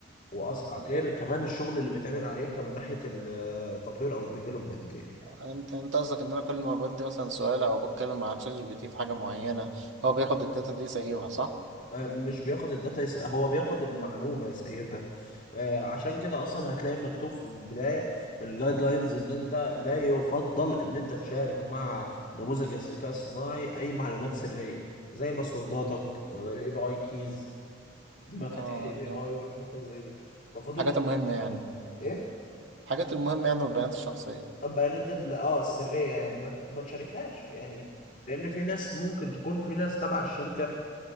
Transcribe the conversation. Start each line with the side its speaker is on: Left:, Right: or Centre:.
Left: وأسرع
Right: آه،
Left: غير
Right: يعني
Left: كمان الشغل اللي بيتعمل عليه كمان من ناحية التطوير أو الديفلوبمنت يعني
Right: انت انت قصدك ان انا كل ما بدي مثلا سؤال او بتكلم مع تشات جي بي تي في حاجه معينه هو بياخد الداتا دي يسيبها صح؟
Left: آه، مش بياخد الداتا يس... هو بياخد المعلومة يسيفها آه، عشان كده أصلا هتلاقي مكتوب في البداية من الجايد لاينز إن أنت لا يفضل إن أنت تشارك مع نموذج الذكاء الصناعي أي معلومات سرية زي باسورداتك الاي بي اي كيز مفاتيح
Right: اه
Left: الاي بي
Right: لا
Left: اي والحاجات اللي زي دي المفروض أنت
Right: الحاجات المهمه يعني
Left: إيه
Right: الحاجات المهمه يعني والبيانات الشخصيه
Left: البيانات ال- اه السرية يعني ما, ما تشاركهاش يعني لأن في ناس ممكن تكون في ناس تبع الشركة